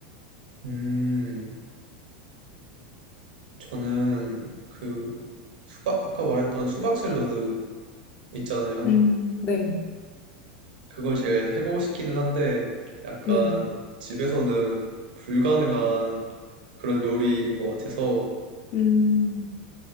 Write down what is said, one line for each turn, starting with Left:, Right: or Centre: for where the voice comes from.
Right: 음, 저는 그 수박 아까 말했던 수박 샐러드 있잖아요.
Left: 음, 네,
Right: 그걸 제일 해보고 싶기는 한데 약간
Left: 네,
Right: 집에서는 불가능한 그런 요리인 것 같아서
Left: 음,